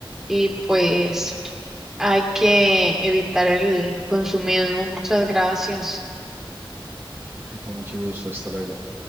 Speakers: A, in the centre; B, on the right.
A: y pues hay que evitar el consumismo. Muchas gracias.
B: <laughs> Con mucho gusto. Hasta luego.